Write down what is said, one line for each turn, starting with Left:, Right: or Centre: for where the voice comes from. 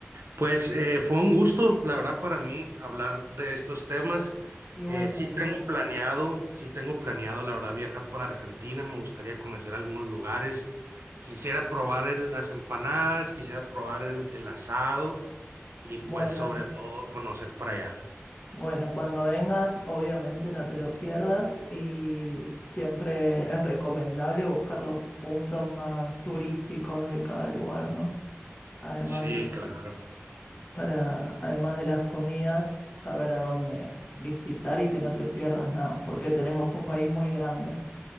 Right: Pues eh, fue un gusto, la verdad, para mí hablar de estos temas.
Left: Igualmente.
Right: Eh, sí tengo planeado, sí tengo planeado, la verdad, viajar para Argentina. Me gustaría conocer algunos lugares. Quisiera probar el- las empanadas, quisiera probar el, el asado y pues
Left: Bueno,
Right: sobre todo conocer para allá.
Left: bueno, cuando vengas, obviamente no te lo pierdas y siempre es recomendable buscar los puntos más turísticos de cada lugar, ¿no? Además
Right: Sí,
Left: de
Right: claro.
Left: para, además de las comidas, saber a dónde visitar y que no te pierdas nada, porque tenemos un país muy grande.